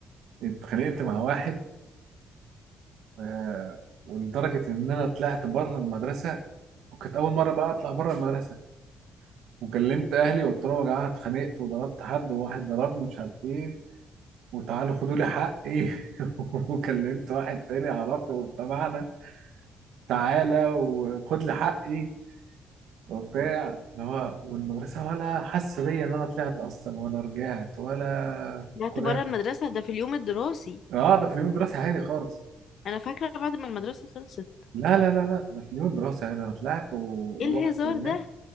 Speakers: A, on the right; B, on the left.
A: اتخانقت مع واحد آه، ولدرجة ان انا طلعت بره المدرسة وكانت اول مرة بقى اطلع بره المدرسة وكلمت اهلي وقلت لهم يا جماعة اتخانقت وضربت حد وواحد ضربني مش عارف ايه وتعالوا خدوا لي حقي <laughs> وكلمت واحد تاني اعرفه تبعنا تعالى وخد لي حقي وبتاع اللي هو والمدرسة ولا حس بيا إن أنا طلعت أصلا ولا رجعت ولا في
B: طلعت
A: الكنافة
B: بره المدرسة ده في اليوم الدراسي
A: أه ده في اليوم الدراسي عادي خالص
B: أنا فاكرة بعد ما المدرسة خلصت
A: لا لا لا لا ده في اليوم الدراسي عادي أنا طلعت و-
B: إيه الهزار
A: ورحت ورجعت
B: ده